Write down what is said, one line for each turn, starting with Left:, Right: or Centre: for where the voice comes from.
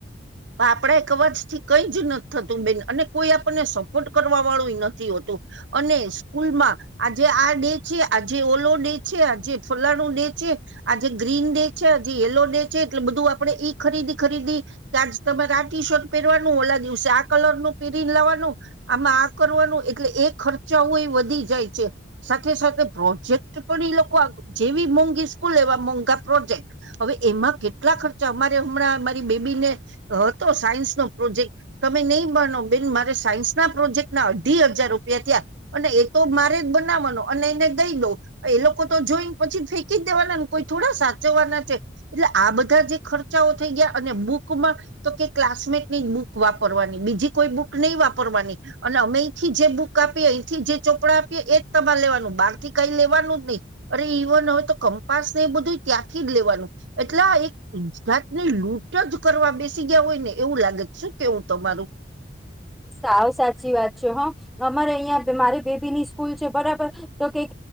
Right: આપણે એક અવાજ થી કઈ જ નથી થતું બેન અને કોઈ આપણને સપોર્ટ કરવા વાળું નથી હોતું અને સ્કૂલમાં આજે આ ડે છે આજે ઓલો ડે છે આજે ફલાણું ડે છે આજે ગ્રીન ડે છે આ જે યલો ડે છેએટલે બધું આપડે ઈ ખરીદી ખરીદી ત્યાંજ તમારે આ ટી શર્ટ પેરવાનું ઓલા દિવસે આ કલર નું પેરીને લાવાનું આમાં આ કરવાનું એટલે એ ખર્ચાઓ એ વધી જાય છે સાથે સાથે પ્રોજેક્ટ પણ જેવી મોંઘી સ્કૂલ એવા મોંઘા પ્રોજેક્ટ અવે એમાં કેટલા ખર્ચા અમા હમણાં મારી બેબીને હતો સાયન્સ નો પ્રોજેક્ટ તમે નહીં બનો બેન મારે સાયન્સ પ્રોજેક્ટ ના અઢી હજાર રૂપિયા તયા અને એ તો મારે જ બનાવાનો અને એને દઈ દ એ લોકો તો જોઈને પછી ફેંકી જ દેવાના ને કોઈ થોડા સાચવવાના છે. એટલે આ બધા જે ખર્ચ ચાઓ થઈ ગયા અને બુક માં તો કે ક્લાસમેટ ની બુક વાપરવાની બીજી કોઈ બુક નઈ વાપરવા અને અમેથી જે બુક આપીએ અયંથી જે ચોપડા આપીએ એ જ તમારે લેવાનું બારથી કઈ લેવાનું <unintelligible> અરે ઈવન અવે તો કંપાસ એ બધું ત્યાંથી જ લેવાનું એટલા એક જાતની લૂંટ જ કરવા બેસી ગયા હોય ને એવું લાગે શું કેવું તમારું
Centre: સાવ સાચી વાત છે હા અમારે અહિયાં મારી બેબીની સ્કૂલ છે બરાબર તો કેઈ